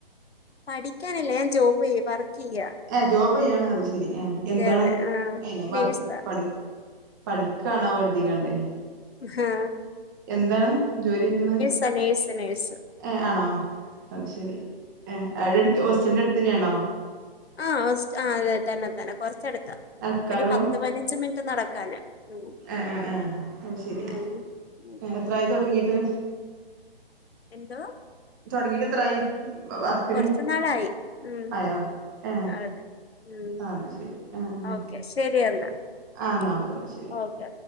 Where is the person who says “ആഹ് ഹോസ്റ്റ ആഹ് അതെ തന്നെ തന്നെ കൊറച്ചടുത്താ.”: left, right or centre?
Left